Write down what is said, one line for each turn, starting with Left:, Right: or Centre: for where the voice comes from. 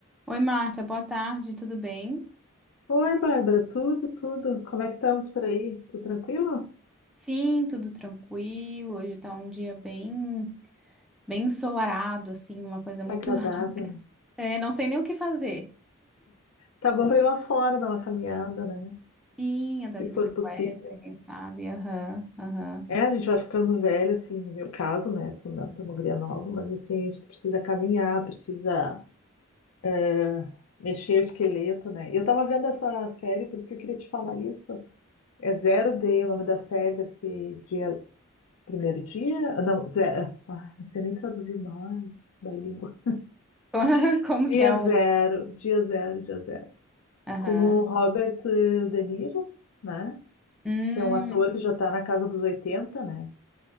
Centre: Oi, Marta, boa tarde, tudo bem?
Left: Oi, Bárbara, tudo, tudo. Como é que estamos por aí? Tudo tranquilo?
Centre: Sim, tudo tranquilo. Hoje tá um dia bem, bem ensolarado, assim, uma coisa
Left: Tá
Centre: muito.
Left: agradável,
Centre: <laughs>
Left: né?
Centre: É, não sei nem o que fazer.
Left: Tá bom pra ir lá fora dar uma caminhada, né?
Centre: Sim, andar
Left: Se
Centre: de
Left: for
Centre: bicicleta,
Left: possível.
Centre: quem sabe? Aham, aham.
Left: É, a gente vai ficando velho, assim, no meu caso, né? Tô não tô uma guria nova, mas assim, a gente precisa caminhar, precisa ah, mexer o esqueleto, né? Eu tava vendo essa série, por isso que eu queria te falar isso. É Zero Day, o nome da série deve ser dia, primeiro dia? Ah, Não, zero. Ai, não sei nem traduzir mais, da língua.
Centre: <laughs> Como
Left: Dia
Centre: que é
Left: zero,
Centre: o.
Left: dia zero, dia zero.
Centre: Aham.
Left: com o Robert eh, De Niro, né?
Centre: Hum,
Left: Que é um ator que já está na casa dos 80, né?